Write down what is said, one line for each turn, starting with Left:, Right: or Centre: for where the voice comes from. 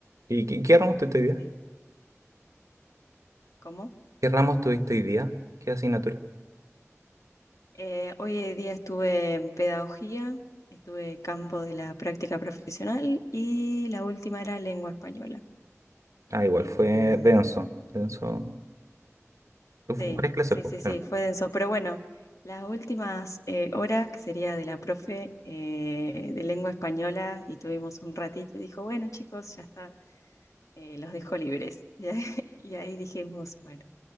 Right: ¿Y qué, qué ramos tuviste hoy día?
Left: Sí. ¿Cómo?
Right: ¿Qué ramos tuviste hoy día? ¿Qué asignatura?
Left: Eh, hoy en día estuve en pedagogía, estuve campo de la práctica profesional y la última era lengua española.
Right: Ah, igual
Left: Em,
Right: fue denso, denso. Fu-
Left: sí,
Right: Varias clases,
Left: sí,
Right: pues,
Left: sí,
Right: claro.
Left: sí, fue denso, pero bueno, las últimas eh, horas, que sería de la profe eh, de lengua española, y tuvimos un ratito, dijo, bueno chicos, ya está, eh, los dejo libres. <laughs> Y ahí, y ahí dijimos, bueno,